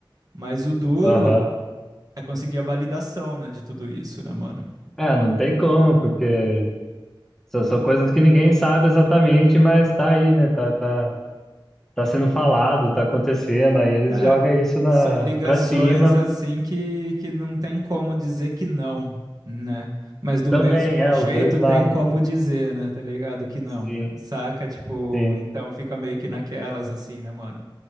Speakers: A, on the right (about 45°); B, in the centre.
A: Mas o duro
B: aham,
A: é conseguir a validação, né, de tudo isso, né, mano?
B: é, não tem como, porque são, são coisas que ninguém sabe exatamente, mas tá aí, né, tá, tá, tá sendo falado, tá acontecendo, aí eles
A: É,
B: jogam isso na,
A: são ligações,
B: pra cima,
A: assim, que, que não tem como dizer que não, né? Mas do
B: Também,
A: mesmo
B: é,
A: jeito
B: os dois lados.
A: tem como dizer, né, tá ligado? Que não.
B: Sim,
A: Saca? Tipo,
B: sim.
A: então fica meio que naquelas, assim, né, mano?